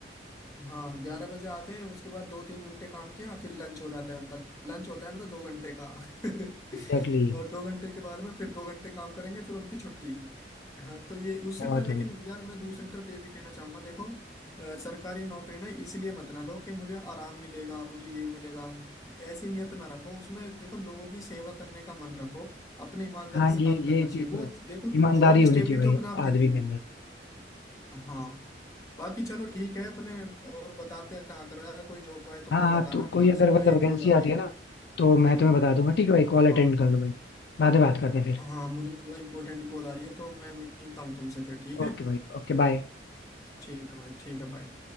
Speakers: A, on the left (about 20°); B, on the left (about 60°).
A: हाँ ग्यारह बजे आते हैं उसके बाद दो तीन घंटे काम किया फिर लंच हो जाता है उनका लंच होता है उनका दो घंटे का
B: Exactly
A: <laughs>
B: exactly.
A: और दो घंटे के बाद में फिर दो घंटे काम करेंगे फिर उनकी छुट्टी हाँ तो ये उससे
B: बहुत
A: ना लेकिन
B: है भाई।
A: यार मैं दूसरी तरफ ये भी कहना चाहूंगा देखो अ, सरकारी नौकरी ना इसलिए मत ना लो कि मुझे आराम मिलेगा मुझे ये मिलेगा ऐसी नियत ना रखो उसमें देखो लोगों की सेवा करने का मन रखो अपने ईमानदारी
B: हाँ
A: से
B: ये
A: काम करना
B: ये चीज
A: चाहिए वो
B: तो है।
A: देखो
B: ईमानदारी
A: जॉब
B: होनी
A: स्टेबिलिटी
B: चाहिए
A: अपने
B: भाई
A: आप
B: आदमी
A: देती
B: के
A: है
B: अंदर
A: हाँ बाकी चलो ठीक है अपने और बताते रहा करो यार कोई जॉब आए तो मुझे
B: हाँ हाँ
A: बताना
B: तो कोई
A: असल
B: अगर मतलब
A: में एक
B: वैकेंसी
A: कॉल आ
B: आती
A: रही
B: है
A: है
B: ना तो मैं तुम्हें बता दूंगा ठीक है भाई कॉल
A: हाँ
B: अटेंड कर लो भाई बाद में बात करते हैं फिर
A: हाँ मुझे थोड़ा इम्पोर्टेंट कॉल आ रही है तो मैं मिलता हूँ तुमसे फिर ठीक है
B: ओके भाई ओके बाय
A: ठीक है भाई ठीक है भाई